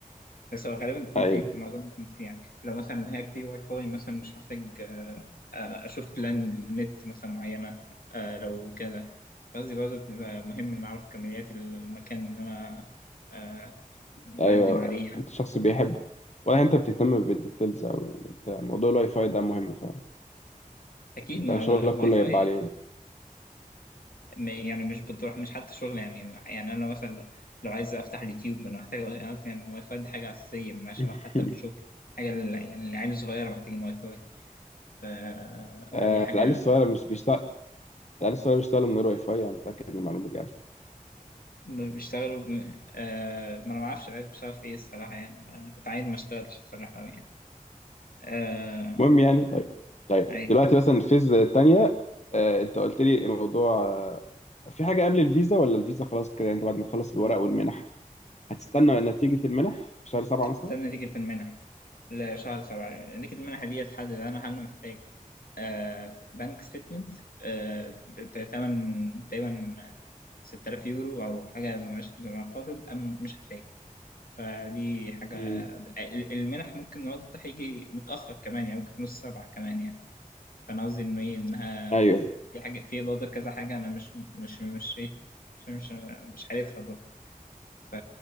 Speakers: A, on the left; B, on the left.
A: بس هو غالبا بيكون
B: ايوه
A: فيه معظم بيكون فيه يعني لو مثلا هيك في واي فاي مثلا مش محتاج آه اشوف بلان للنت مثلا معينه آه لو كده قصدي برضه بيبقى مهم ان اعرف كميات المكان اللي انا آه مقدم
B: ايوه
A: عليه يعني
B: انت شخص بيحب ولا انت بتهتم بالديتيلز اوي يعني انت موضوع الواي فاي ده مهم فعلا
A: اكيد
B: انت
A: ما
B: شغلك
A: واي
B: كله
A: فاي
B: يبقى عليه
A: م- يعني مش بتروح مش حتى شغل يعني يعني انا مثلا لو عايز افتح اليوتيوب ما انا محتاج قصدي يعني الواي فاي دي حاجه اساسيه ملهاش
B: <laughs>
A: علاقه حتى بالشغل حاجه ال- يعني العيال الصغيره محتاجين واي فاي ف...
B: آه،
A: فدي حاجه
B: العيال الصغيرة مش بيشتغل العيال الصغيرة بيشتغلوا من غير واي فاي انا متأكد من المعلومة دي على فكرة
A: ب- بيشتغلوا ب... آه... ما انا ما اعرفش العيال بتشتغل في ايه الصراحه يعني آه، كنت عايز ما اشتغلش الصراحه قوي يعني آه...
B: المهم يعني طيب طيب
A: اي
B: دلوقتي مثلا الفيز التانية آه، انت قلت لي موضوع آه، في حاجة قبل الفيزا ولا الفيزا خلاص كده يعني انت بعد ما تخلص الورق والمنح هتستنى نتيجة المنح في شهر سبعة مثلا؟
A: سنه نتيجه المنح لا شهر سبعة نكت المنحة دي هتحدد أنا هل أنا محتاج آه بنك ستيتمنت آه بثمن تقريبا 6000 يورو أو حاجة مش- بما قارب أم مش هحتاج فدي حاجة
B: امم
A: ال- المنح ممكن العرض بتاعها يجي متأخر كمان يعني ممكن في نص سبعة كمان يعني فأنا قصدي إنه إيه إنها
B: ايوه
A: في حاجة في برضه كذا حاجة أنا مش مش مش إيه مش مش مش عارفها برضه ف-